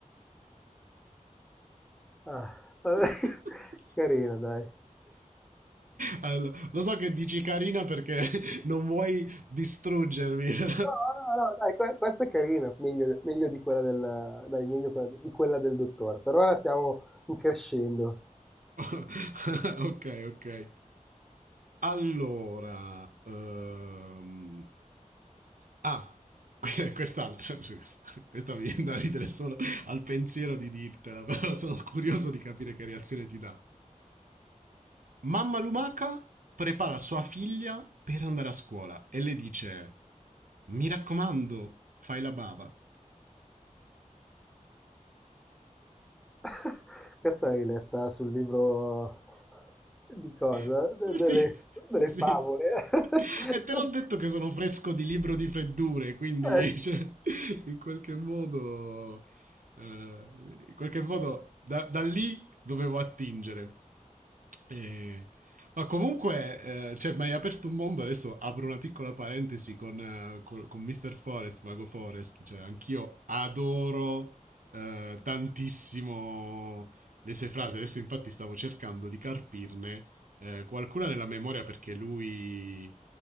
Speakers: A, in the centre; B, on the right.
A: Ah, vabbè,
B: <laughs>
A: <laughs> Carina, dai.
B: Allora, lo so che dici carina perché non vuoi distruggermi. <laughs>
A: No, no, no, dai, que- questa è carina, meglio, meglio di quella del, dai, meglio quella- di quella del dottore. Per ora siamo in crescendo.
B: <laughs> Ok, ok. Allora, ehm, ah, <laughs> quest'altra, sì, questa questa mi viene da ridere solo al pensiero di dirtela, <laughs> però sono curioso di capire che reazione ti dà. Mamma lumaca prepara sua figlia per andare a scuola e le dice: Mi raccomando, fai la bava.
A: <laughs> Questa l'hai letta sul libro di cosa?
B: <laughs>
A: De- delle,
B: Sì,
A: delle
B: sì.
A: favole. <laughs>
B: E te l'ho detto che sono fresco di libro di freddure, quindi
A: Eh,
B: <laughs> cioè, in qualche modo, eh, in qualche modo da, da lì dovevo attingere. E- Ma comunque, eh, cioè, mi hai aperto un mondo, adesso apro una piccola parentesi con, eh, col- con Mr. Forest, Mago Forest, cioè anch'io adoro eh, tantissimo le sue frasi, adesso infatti stavo cercando di carpirne eh, qualcuna nella memoria perché lui...